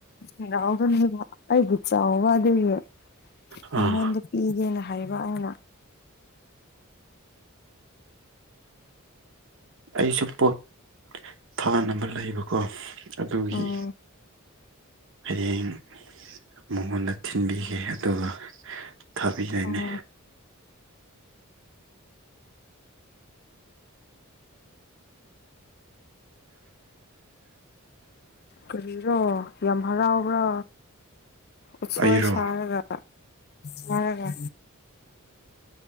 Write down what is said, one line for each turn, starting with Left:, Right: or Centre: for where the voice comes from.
Left: ꯊꯦꯡꯅꯍꯧꯗꯝꯅꯦꯕ ꯑꯩꯒꯤ ꯆꯥꯎꯕ ꯑꯗꯨꯒꯤ
Right: ꯑꯥ
Left: ꯃꯉꯣꯟꯗ ꯄꯤꯒꯦꯅ ꯍꯥꯏꯕ ꯑꯩꯅ
Right: ꯑꯩꯁꯨ ꯄꯣꯠ ꯊꯥꯅꯕ ꯂꯩꯕꯀꯣ ꯑꯗꯨꯒꯤ
Left: ꯎꯝ
Right: ꯍꯌꯦꯡ ꯃꯉꯣꯟꯗ ꯊꯤꯟꯕꯤꯒꯦ ꯑꯗꯨꯒ ꯊꯥꯕꯤꯗꯣꯏꯅꯦ
Left: ꯎꯝ ꯀꯔꯤꯔꯣ ꯌꯥꯝ ꯍꯔꯥꯎꯕ꯭ꯔꯣ ꯎꯠꯁꯣꯏ
Right: ꯑꯩꯔꯣ
Left: ꯁꯥꯔꯒ ꯁꯥꯔꯒ